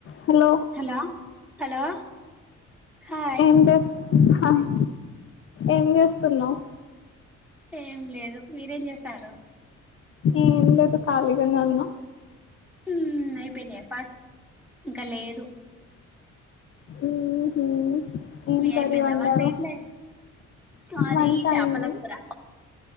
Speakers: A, on the left (about 45°); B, in the centre.
A: Hello
B: hello hello hi
A: ఏం చేస్త్ hi ఏం చేస్తున్నావు
B: ఏం లేదు మీరేం చేస్తారు
A: ఏం లేదు ఖాళీగానే వున్నా
B: ఊ అయిపోయిన పా ఇంకా లేదు
A: ఉహూ ఏం
B: మీ
A: కర్రీ
B: అయిపోయిందా
A: వండారు
B: వంట ఇట్లే మాది
A: వంట
B: చేపల
A: అయింది
B: కూర